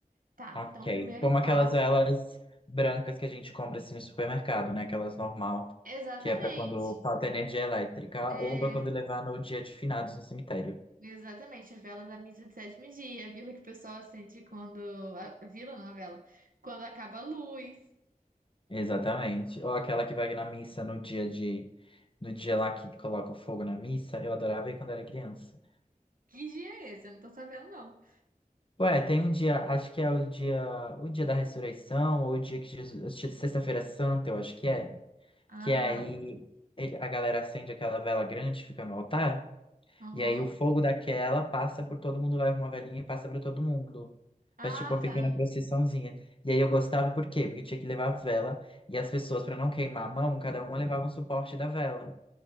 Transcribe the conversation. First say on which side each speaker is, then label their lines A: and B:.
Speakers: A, on the right; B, on the left.
A: Tá,
B: ok.
A: então o primeiro
B: Como aquelas
A: passo.
B: velas brancas que a gente compra, assim, no supermercado, né? Aquelas normal,
A: Exatamente.
B: que é pra quando falta energia elétrica
A: É,
B: ou pra quando levar no dia de finados no cemitério.
A: exatamente, a vela da missa de sétimo dia, a vela que o pessoal acende quando. A vila não, a vela. Quando acaba a luz.
B: Exatamente. Ou aquela que vai na missa no dia de, no dia lá que coloca o fogo na missa, eu adorava ir quando era criança.
A: Que dia é esse? Eu não tô sabendo, não.
B: Ué, tem um dia, acho que é o dia, o dia da ressurreição, ou o dia que Jesus, sexta-feira santa, eu acho que é.
A: Ah,
B: Que aí ele- a galera acende aquela vela grande, fica no altar,
A: aham.
B: e aí o fogo daquela passa por todo mundo, leva uma velhinha e passa para todo mundo.
A: Ah,
B: Faz tipo uma pequena
A: tá.
B: procissãozinha. E aí eu gostava por quê? Porque tinha que levar a vela. E as pessoas, para não queimar a mão, cada uma levava um suporte da vela.